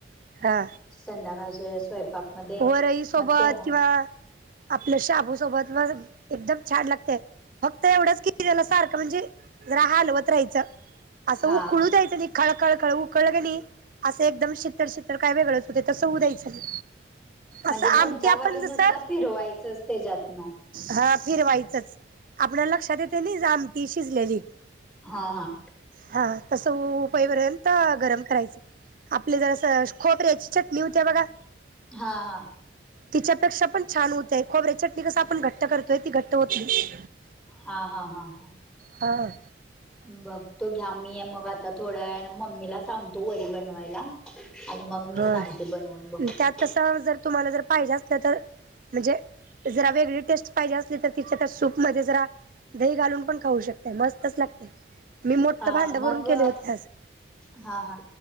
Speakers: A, on the right; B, in the centre.
A: हा.
B: संध्याकाळच्या वेळेस, स्वयंपाक मध्ये
A: वरई सोबत
B: मग तेव्हा
A: किंवा आपलं शाबूसोबत, म <inaudible> एकदम छान लागत. फक्त एवढंच की, त्याला सारखं, म्हणजे जरा हालवत राहायचं, असं
B: हा
A: उकळू द्यायचं नही. खळखळखळ उकळं क नही, असं एकदम शितळ- शितळ काय वेगळंच होतय, तसं होउ द्यायचं नही.
B: म्हणजे
A: असं आमटी,
B: चमचा
A: आपण
B: घालून नुसता
A: जसं
B: फिरवायचंच त्याच्यातन
A: हां, फिरवायचच, आपल्या लक्षात येत त्यानी ज आमटी शिजलेली,
B: हा हा
A: हा तस होउ ईपर्यंत गरम करायच, आपले जरा अस, खोबऱ्याची चटणी होत्या बघा?
B: हा हा.
A: तिच्यापेक्षा पण छान होतय, खोबऱ्याची चटणी कस आपण, घट्ट करतोय, ती घट्ट होत नही.
B: हा हा हा हा.
A: हां.
B: बघतो घ्या, मी मग आता थोड्या वेळान, मम्मीला सांगतो, वरी बनवायला. आणि मग मी
A: ह
B: सांगते बनवून बघतो
A: त्यात कस, जर तुम्हाला, जर पाहिजे असल्या तर म्हणजे जरा वेगळी टेस्ट पाहिजे असली, तर तिच्या त्या सूप मध्ये जरा दही घालून पण खाऊ शकतताय, मस्तच लागते, मी मोठं
B: अ
A: भांड भरून
B: मग
A: केले होते आज.
B: हा हा,